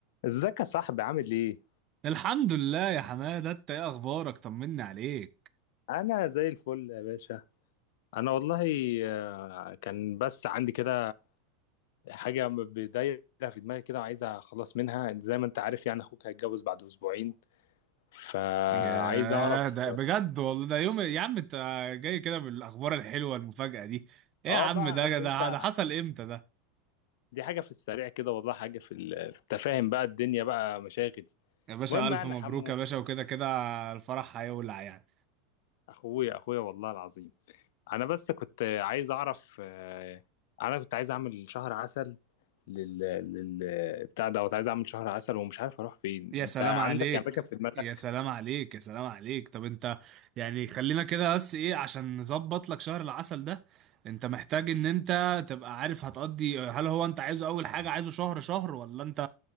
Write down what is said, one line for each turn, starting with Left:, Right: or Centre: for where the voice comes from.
Left: ازيك يا صاحبي عامل ايه؟
Right: الحمد لله يا حماده انت ايه اخبارك طمني عليك
Left: انا زي الفل يا باشا انا والله آه، كان بس عندي كده حاجه م- بدايره في دماغي كده وعايز اخلص منها زي ما انت عارف يعني اخوك هيتجوز بعد اسبوعين فعايز
Right: يا
Left: اعرف
Right: ده بجد والله ده يوم يا عم انت جاي كده بالاخبار الحلوه المفاجاه دي ايه
Left: اه
Right: يا عم
Left: بقى
Right: ده
Left: عارف
Right: ده
Left: انت
Right: ده حصل امتى ده
Left: دي حاجه في السريع كده والله حاجه في ال- في التفاهم بقى الدنيا بقى مشاغل
Right: يا باشا
Left: المهم
Right: الف
Left: يعني
Right: مبروك
Left: حمو
Right: يا باشا وكده كده الفرح هيولع يعني
Left: اخويا اخويا والله العظيم انا بس كنت عايز اعرف آه، انا كنت عايز اعمل شهر عسل لل لل بتاع دوت عايز اعمل شهر عسل ومش عارف اروح فين
Right: يا
Left: انت
Right: سلام
Left: عندك
Right: عليك
Left: اماكن في دماغك
Right: يا سلام عليك يا سلام عليك طب انت يعني خلينا كده بس ايه عشان نظبط لك شهر العسل ده انت محتاج ان انت تبقى عارف هتقضي هل هو انت عايزه اول حاجه عايزه شهر شهر ولا انت